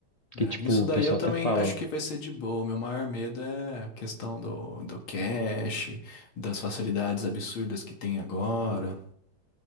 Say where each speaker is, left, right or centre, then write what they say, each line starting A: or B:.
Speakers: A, on the left; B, on the left.
A: É,
B: Que, tipo,
A: nisso
B: o
A: daí
B: pessoal
A: eu também
B: até fala,
A: acho que vai ser de boa. Meu maior medo é a questão do, do cache, das facilidades absurdas que tem agora.